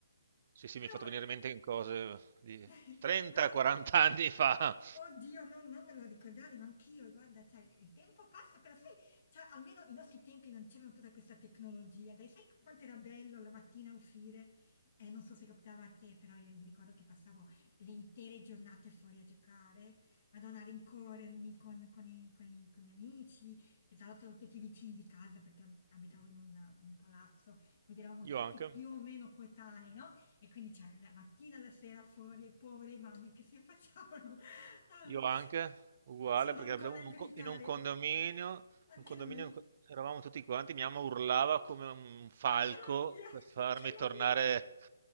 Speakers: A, on the right; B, on the left.
A: Sì, sì,
B: Però
A: mi hai fatto venire in mente cose di
B: <laughs>
A: 30-40
B: Ma-
A: anni fa.
B: Oddio, non, non me lo ricordare, ma anch'io, guarda, cioè, il tempo passa, però sai, cioè, almeno i nostri tempi non c'era tutta questa tecnologia, dai, sai quanto era bello la mattina uscire? Eh, non so se capitava a te, però io mi ricordo che passavo le intere giornate fuori a giocare, Madonna, a rincorrermi con, con i- con gli, con gli amici, che tra l'altro erano tutti vicini di casa perché abitavo in un, in un palazzo, quindi eravamo tutti
A: Io anche.
B: più o meno coetanei, no? E quindi c'è la mattina, la sera fuori e povere mamme che si affacciavano al,
A: Io anche, uguale,
B: sul balcone
A: perché abitavo
B: a
A: in
B: gridare.
A: un, co- in un condominio,
B: Anche
A: un condominio
B: noi,
A: in cui eravamo tutti quanti, mia mamma urlava come un falco
B: anche la mia, <laughs> anche
A: per farmi
B: la
A: tornare
B: mia.